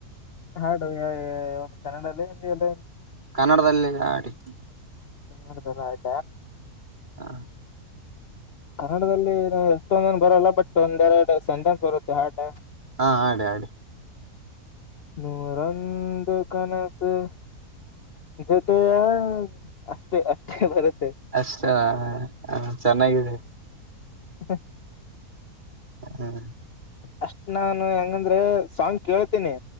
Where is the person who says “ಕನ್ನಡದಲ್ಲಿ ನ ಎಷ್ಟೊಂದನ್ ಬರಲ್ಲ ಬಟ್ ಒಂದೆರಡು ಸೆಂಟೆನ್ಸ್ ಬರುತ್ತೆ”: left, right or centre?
Left